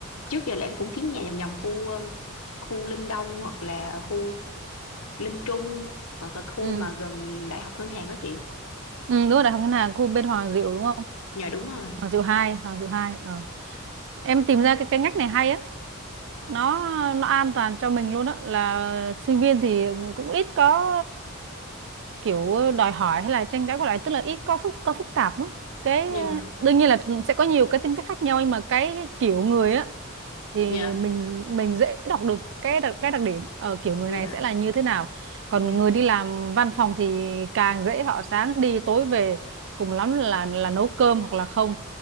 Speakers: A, on the left; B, on the right.
A: trước giờ là em cũng kiếm nhà vòng vòng khu ờ, khu Linh Đông hoặc là khu Linh Trung hoặc là khu
B: ừ.
A: mà gần Đại học Ngân hàng đó chị
B: ừ đúng rồi Đại học Ngân hàng khu bên Hoàng Diệu đúng không
A: dạ đúng rồi
B: Hoàng Diệu hai Hoàng Diệu 2 ờ. em tìm ra cái cái ngách này hay á nó nó an toàn cho mình luôn á là sinh viên thì cũng ít có kiểu đòi hỏi hay là tranh cãi qua lại tức là ít có phức có phức tạp á cái
A: dạ
B: đương nhiên là sẽ có nhiều cái tính cách khác nhau nhưng mà cái kiểu người á thì
A: dạ
B: mình mình dễ đọc được cái đặc, cái đặc điểm ở kiểu người
A: dạ
B: này sẽ là như thế nào còn
A: dạ
B: người đi làm văn phòng thì càng dễ họ sáng đi tối về cùng lắm là là nấu cơm hoặc là không